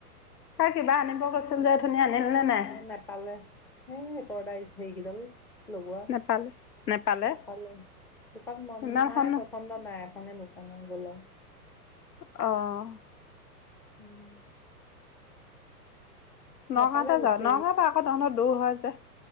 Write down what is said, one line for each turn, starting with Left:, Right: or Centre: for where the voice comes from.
Left: তই কিবা আনিব গৈছিল যে, ওঠনি আনিলি নে নাই?
Centre: নেপালে। এই পৰ্দাৰ হেৰি গিদাল। লগোৱা,
Left: নেপালে নেপালে
Centre: নাপালে, দোকান বন্ধ
Left: ইমানখন
Centre: নাই পচন নাই, এখনে দোকান আৰু গ'ল আউ।
Left: অ'।
Centre: উম।
Left: নগাঁৱতে
Centre: নাপালে গুচি
Left: যাওঁ, নগাঁৱৰ পা আকৌ তহঁতৰ দূৰ হয় যে।